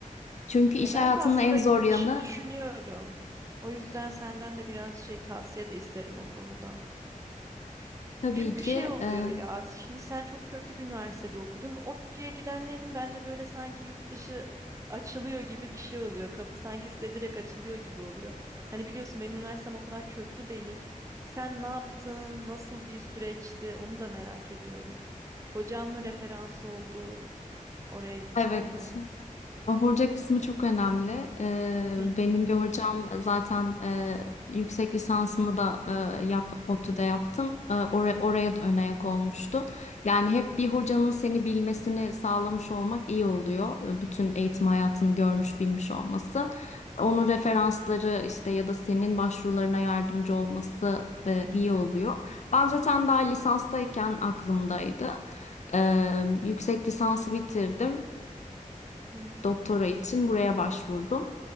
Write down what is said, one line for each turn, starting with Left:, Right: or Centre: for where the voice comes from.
Left: Çünkü iş
Right: E ben
Left: hayatının
Right: de aslında
Left: en zor
Right: yurt
Left: yanı
Right: dışı düşünüyorum. O yüzden senden de biraz şey tavsiye de isterim o konuda.
Left: tabii
Right: Çünkü
Left: ki
Right: şey oluyor
Left: e,
Right: ya, şimdi sen çok köklü bir üniversitede okudun. ODTÜ'ye gidenlerin bence böyle sanki yurt dışı açılıyor gibi bir şey oluyor. Kapı sanki size direkt açılıyor gibi oluyor. Hani biliyorsun benim üniversitem o kadar köklü değil. Sen ne yaptın, nasıl bir süreçti onu da merak ediyorum. Hocan mı referans oldu oraya gitmende?
Left: evet Hoca kısmı çok önemli. Ee,
Right: Hı
Left: benim bir hocam zaten e, yüksek lisansımı da e, yap, ODTÜ'de yaptım. E, oraya, oraya da ön ayak olmuştu. Yani hep bir hocanın seni bilmesini sağlamış olmak iyi oluyor. E, Bütün eğitim hayatını görmüş bilmiş olması. Onun referansları işte ya da senin başvurularına yardımcı olması e, iyi oluyor. Ben zaten daha lisanstayken aklımdaydı. Ee, yüksek lisansı bitirdim
Right: hı.
Left: doktora için buraya başvurdum.